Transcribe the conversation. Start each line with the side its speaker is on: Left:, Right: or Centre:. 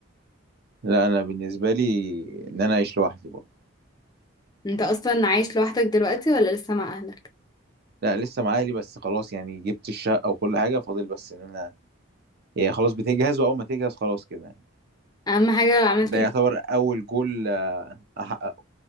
Right: لا انا بالنسبه لي ان انا اعيش لوحدي برضه
Left: انت اصلا عايش لوحدك دلوقتي ولا لسه مع اهلك
Right: لا لسه مع اهلي بس خلاص يعني جبت الشقه وكل حاجه فاضل بس ان انا هي خلاص بتجهز واول ما تجهز خلاص كده يعني
Left: اهم حاجه عملت
Right: ده
Left: ال...
Right: يعتبر اول جول آه، احققه